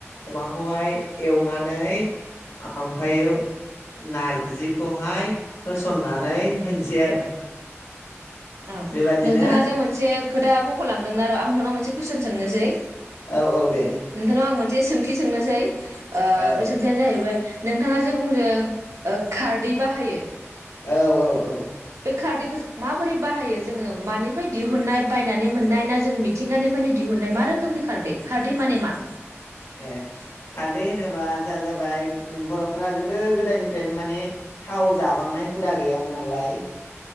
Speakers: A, on the left; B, on the right.
A: अमाखौहाय एवनानै ओमफाययो नारजिखौहाय होसननानै होनोसै आरो।
B: औ
A: बेबादिनो
B: नोंथाङा जे मोनसे खोथा मखलांदों नोंना र आं नोंथांव मोनसे कुइसन सोंनोसै
A: औ औ दे
B: नोंथांंनाव आं मोनसे सों थि सोंनोसै ओ
A: औ
B: बि सोंथियानो जाहैबाय नोंथाङा जे बुंदों ओ खारदै बाहायो।
A: औ औ औ
B: बे खारदैखौ जों मा बोरै बाहायो जोङो मानिफ्राय दिहुननाय बायनानै मोननाय ना जों मिथिंगानिफ्रायनो दिहुननाय मा रोखोमनि खारदै खारदै माने मा
A: ए खारदै होनोबा जोंहा जाबाय बर'फोरा गोदो गोदायनिफ्रायनो माने थाव जाबांनाय हुदा गैयामोन नालाय।